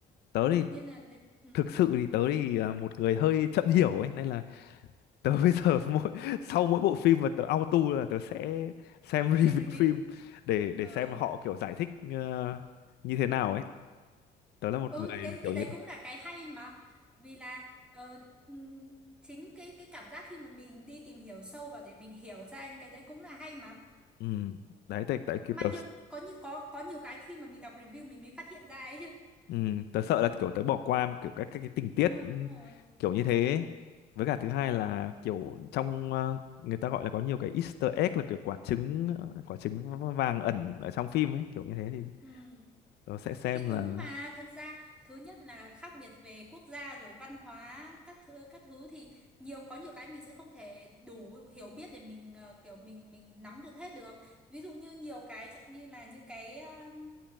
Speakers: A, on the left (about 75°); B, in the centre.
A: tớ thì
B: Nên là nế- ừ,
A: thực sự thì tớ thì à, một người hơi chậm hiểu ấy nên là tớ bây giờ <laughs> mỗi sau mỗi bộ phim mà tớ auto là tớ sẽ xem <laughs> review
B: xem review.
A: phim để để
B: Ừ.
A: xem họ kiểu giải thích ờ, như thế nào ấy tớ là một
B: ừ
A: người
B: cái
A: kiểu
B: cái
A: như
B: đấy
A: thế
B: cũng là cái hay mà vì là ờ, ừm, chính cái cái cảm giác khi mà mình đi tìm hiểu sâu và để mình hiểu ra những cái đấy cũng là hay mà.
A: ừ. đấy tại tại kiểu
B: Mà
A: tớ
B: nhiều có như có có nhiều cái khi mà mình đọc review mình mới phát hiện ra ấy chứ.
A: ừ. tớ sợ là kiểu tớ bỏ qua kiểu các các cái tình tiết
B: Đúng rồi,
A: ừ,
B: đúng rồi.
A: kiểu như thế ấy. với cả thứ hai là kiểu trong ờ, người ta gọi là có nhiều cái Easter egg là kiểu quả trứng ờ, quả trứng vàng ẩn ở trong phim ấy kiểu như thế thì
B: Ừ.
A: tớ sẽ xem
B: Thì
A: là
B: đúng mà, thực ra thứ nhất là khác biệt về quốc gia rồi văn hóa các thứ các thứ thì nhiều có nhiều cái mình sẽ không thể đủ hiểu biết để mình ờ, kiểu mình mình nắm được hết được. Ví dụ như nhiều cái chẳng như là những cái um,